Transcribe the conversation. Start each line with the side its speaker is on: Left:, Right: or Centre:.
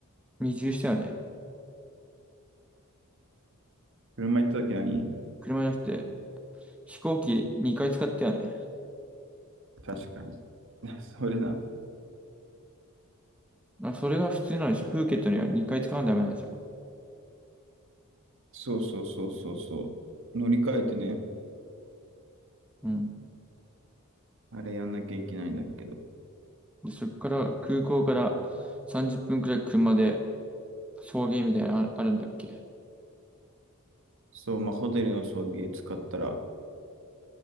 Centre: 二重したよね。
Right: 車行った時何
Centre: 車じゃなくて、飛行機2回使ったよね。
Right: 確かに。<laughs> それな。
Centre: あ、それが普通なんでしょ。プーケットには2回使わないとダメなんでしょ。
Right: そうそうそうそうそう。乗り換えてね、
Centre: うん。
Right: あれやんなきゃいけないんだけど。
Centre: で、そっから、空港から30分くらい車で送迎みたいなのああるんだっけ。
Right: そう、まあ、ホテルの送迎使ったら、